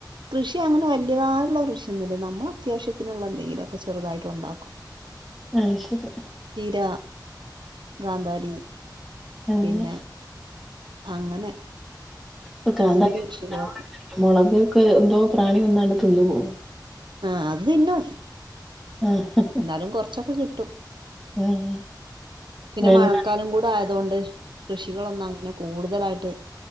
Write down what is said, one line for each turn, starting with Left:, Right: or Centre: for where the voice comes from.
Right: കൃഷി അങ്ങനെ വല്ല്യതായിട്ട്ള്ള കൃഷിയൊന്നുല്ല നമ്മള അത്യാവശ്യത്തിനുള്ള എന്തെങ്കിലൊക്കെ ചെറുതായിട്ട് ഉണ്ടാക്കും
Centre: അഹ്ത്ശരി
Right: ചീര, കാന്താരി
Centre: അങ്ങനെ
Right: പിന്നെ അങ്ങനെ
Centre: ഇപ്പൊ
Right: ചെറിയ
Centre: കാന്താരി
Right: ചെറിയ
Centre: ഒന്നും
Right: കൃഷികളൊക്കെ
Centre: ഇണ്ടാവ്ണെന്നെല്ല മൊളകൊക്കെ എന്തോ പ്രാണി വന്നാണ്ട് തിന്നു പോവും
Right: ആഹ് അത് തിന്നും
Centre: ആഹ്
Right: ന്നാലും കൊറച്ചൊക്കെ കിട്ടും
Centre: ആഹ്
Right: പിന്നെ
Centre: <unintelligible>
Right: മഴക്കാലം കൂടെ ആയതോണ്ട് കൃഷികളൊന്നും അങ്ങനെ കൂട്തലായിട്ട്